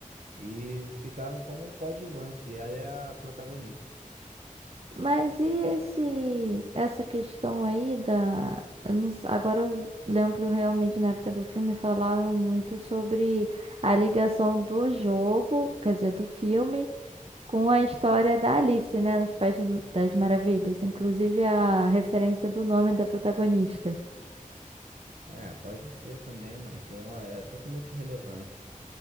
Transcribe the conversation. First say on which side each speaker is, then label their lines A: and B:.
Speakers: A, on the right (about 70°); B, on the right (about 45°).
A: E ficaram como um coadjuvante, e ela é a protagonista.
B: Mas e esse, essa questão aí da. eu não s- agora eu lembro realmente na época do filme falavam muito sobre a ligação do jogo, quer dizer, do filme, com a história da Alice, né? Nos Países das Maravilhas. Inclusive a referência do nome da protagonista.
A: É, pode ser também, mas João é totalmente relevante.